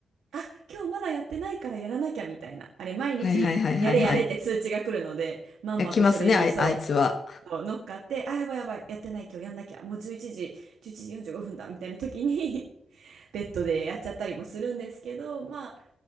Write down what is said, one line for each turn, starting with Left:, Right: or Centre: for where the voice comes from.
Right: あ、今日まだやってないからやらなきゃみたいな。あれ、毎日やれやれって通知が来るので、
Left: はいはいはいはいはい。
Right: まんまとそれに、
Left: え来ますね、あい、
Right: そう、
Left: あいつは。
Right: そう乗っかって、あ、やばいやばい、やってない今日やんなきゃ、もう11時、11時45分だみたいな時に <laughs> ベッドでやっちゃったりもするんですけど、まあ、